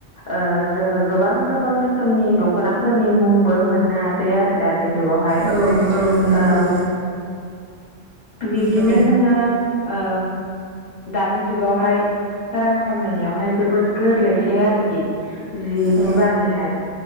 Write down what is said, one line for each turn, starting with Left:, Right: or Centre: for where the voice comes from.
Left: ओ जोङो गोबां गोबां रोखोमनि दख'नाफोरनि मुंबो मोननो हासै आ आरो दानि जुगावहाय
Right: औ नंगौ
Left: ओम बिब्दिनो
Right: औ
Left: जोङो ओ दानि जुगावहाय रां खामायनायावहाय जोबोद गोरलैसै आरोखि जिनि
Right: औ
Left: बारैहाय।